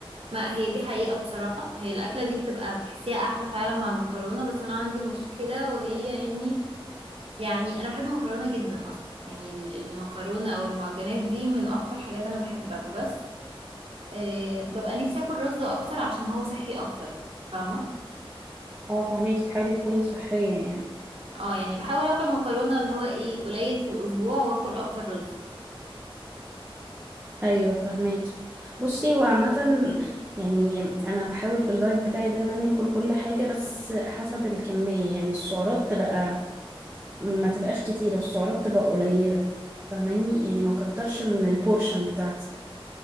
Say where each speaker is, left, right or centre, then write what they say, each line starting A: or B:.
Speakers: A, on the right; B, on the right.
A: ما هي دي حقيقه بصراحه هي الاكله دي بتبقى بتحسيها احلى فعلا مع المكرونه بس انا عندي مشكله وهي اني يعني انا بحب المكرونه جدا اصلا يعني ال- المكرونه او المعجنات دي من اكتر حاجات انا بحبها بس أه ببقى نفسي اكل رز اكتر عشان هو صحي اكتر فاهمه
B: اه فهميكي تحاولي تكوني صحية يعني
A: اه يعني بحاول اكل مكرونه اللي هو ايه قليل في الاسبوع واكل اكتر رز
B: أيوة فهميكي بصي هو عامة يعني أنا بحاول في الدايت بتاعي ده إن أنا آكل كل حاجة بس حسب الكمية يعني السعرات تبقى ما تبقاش كتيرة السعرات تبقى قليلة فهماني يعني ما كترش من البورشن بتاعتي